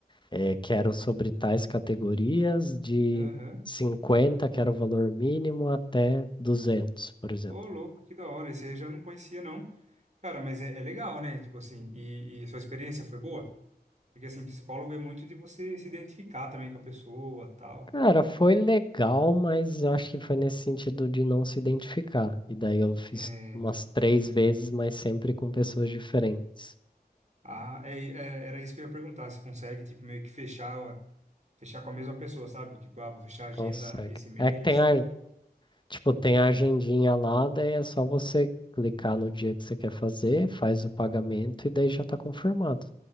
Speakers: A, on the left; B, on the right.
A: é, quero sobre tais categorias de
B: Aham.
A: 50, que era o valor mínimo, até 200, por exemplo.
B: Ô, louco, que da hora. Esse eu já não conhecia, não. Cara, mas é, é legal, né? Tipo assim, e, e sua experiência foi boa? Porque, assim, psicólogo é muito de você se identificar também com a pessoa, tal.
A: Cara, foi legal, mas eu acho que foi nesse sentido de não se identificar. E daí eu fiz
B: É,
A: umas
B: então...
A: três vezes, mas sempre com pessoas diferentes.
B: Ah, é, é- era isso que eu ia perguntar. Se consegue, tipo, meio que fechar... Fechar com a mesma pessoa, sabe? Tipo, ah, vou fechar a agenda
A: Consegue.
B: esse mês,
A: É que tem
B: tal.
A: a, tipo, tem a agendinha lá, daí é só você clicar no dia que você quer fazer, faz o pagamento e daí já tá confirmado.